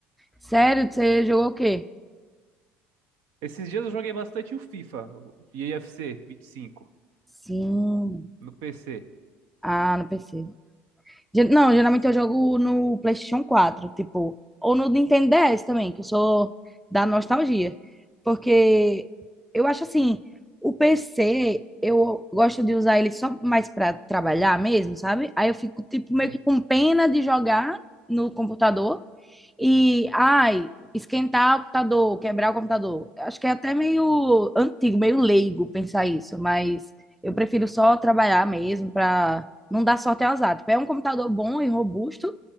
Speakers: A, in the centre; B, on the right.
A: Sério, você jogou o quê?
B: Esses dias eu joguei bastante o FIFA, o EFC 25,
A: Sim.
B: no PC.
A: Ah, no PC. Ge- Não, geralmente eu jogo no PlayStation 4, tipo, ou no Nintendo DS também, que eu sou da nostalgia. Porque eu acho assim, o PC, eu gosto de usar ele só mais para trabalhar mesmo, sabe? Aí eu fico, tipo,
B: Sim.
A: meio que com pena de jogar no computador. E, ai, esquentar o computador, quebrar o computador. Acho que é até meio antigo, meio leigo pensar isso, mas eu prefiro só trabalhar mesmo para não dar sorte ao azar. Tipo, é um computador bom e robusto,